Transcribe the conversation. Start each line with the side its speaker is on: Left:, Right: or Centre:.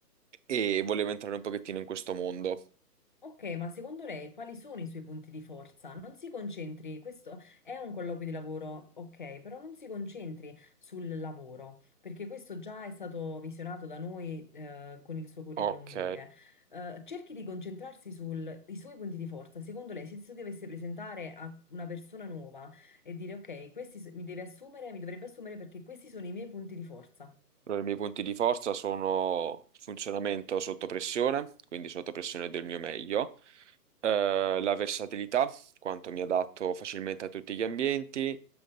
Right: e volevo entrare un pochettino in questo mondo.
Left: Ok, ma secondo lei quali sono i suoi punti di forza? Non si concentri, questo è un colloquio di lavoro, ok, però non si concentri sul lavoro, perché questo già è stato visionato da noi eh, con il suo curriculum
Right: Ok.
Left: vitae. Eh, cerchi di concentrarsi sui suoi punti di forza. Secondo lei, se si dovesse presentare a una persona nuova e dire ok, questi s- mi deve assumere, mi dovrebbe assumere perché questi sono i miei punti di forza.
Right: Allora, i miei punti di forza sono il funzionamento sotto pressione, quindi sotto pressione del mio meglio, eh, la versatilità, quanto mi adatto facilmente a tutti gli ambienti,